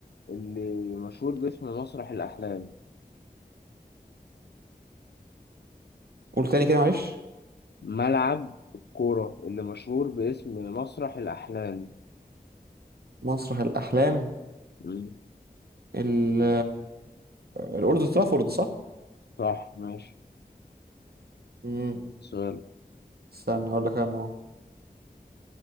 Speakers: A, on the left; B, on the right.
A: اللي مشهور باسم مسرح الأحلام
B: قول تاني كده معلش
A: ملعب الكورة اللي مشهور باسم مسرح الأحلام
B: مسرح الأحلام
A: مم.
B: ال الأولد ترافورد صح؟
A: صح ماشي
B: مم.
A: سؤال
B: استنى أقول لك أنا أهو